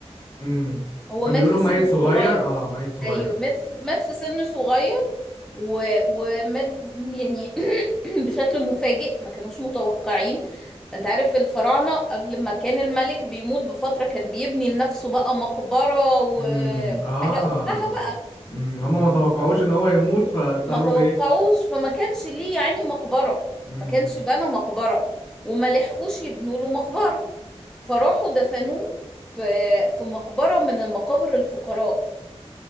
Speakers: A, on the left; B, in the centre.
A: مم.
B: هو
A: كان
B: مات
A: بيقولوا
B: في
A: ميت
B: سن
A: صغير
B: صغير
A: أه ميت صغير
B: ايوه مات في مات في سن صغير و... ومات يعني <clears throat> بشكل مفاجئ ما كانوش متوقعين انت عارف الفراعنة قبل ما كان الملك بيموت بفترة كان بيبني لنفسه بقى مقبرة و...
A: امم اه
B: وحاجة قبها بقى
A: امم هما ما توقعوش ان هو يموت فاضطروا
B: ما توقعوش
A: ايه
B: فما كانش ليه يعني مقبرة
A: امم
B: ما كانش بنى مقبرة وما لحقوش يبنوا له مقبرة فراحوا دفنوه في في مقبرة من المقابر الفقراء